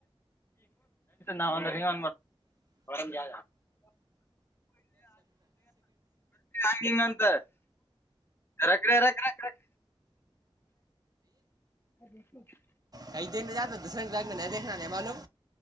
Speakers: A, on the left; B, on the right.
A: ನಾವ್ ಅಂದ್ರಂಗ ನೀವ ಅನ್ ಮಾಡ ಹಂಗ ಹಂಗಂತ <unintelligible> ರ ರಕ ರಕ ರಕ ರ ಅದ <unintelligible>
B: ಕೈ ದನೆ ಜತಾ ದೂರ ಬ್ಯಾಂಕ್ಗೆ ನ ದಾಾನ ಮಾಾಲೂಮ